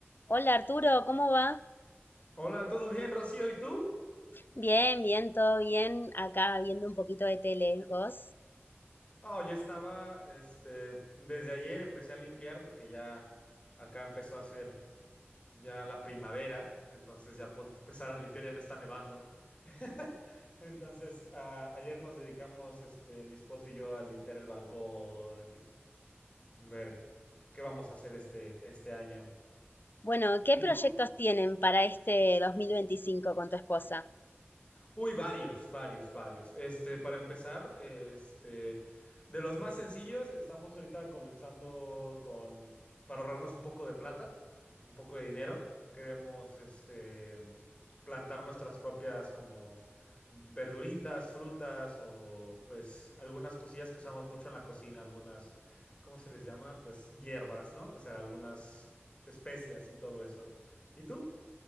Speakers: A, on the left; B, on the left.
A: Hola Arturo, ¿cómo va?
B: Hola, ¿todo bien, Rocío? ¿Y tú?
A: Bien, bien, todo bien. Acá viendo un poquito de tele, ¿vos?
B: Oh, yo estaba, este, desde ayer empecé a limpiar porque ya acá empezó a hacer ya la primavera, entonces ya puedo <laughs> empezar a limpiar, ya no está nevando. <laughs> Entonces, a- ayer nos dedicamos, este, mi esposo y yo a limpiar el balcón y ver qué vamos a hacer este, este año.
A: Bueno, ¿qué
B: ¿Y
A: proyectos
B: tú?
A: tienen para este 2025 con tu esposa?
B: Uy, varios, varios, varios. Este, para empezar, este, de los más sencillos, estamos ahorita comenzando con, para ahorrarnos un poco de plata, un poco de dinero, queremos, este, plantar nuestras propias como verduritas, frutas o pues algunas cosillas que usamos mucho en la cocina, algunas, ¿cómo se les llama? Pues hierbas, ¿no? O sea, algunas especias y todo eso. ¿Y tú?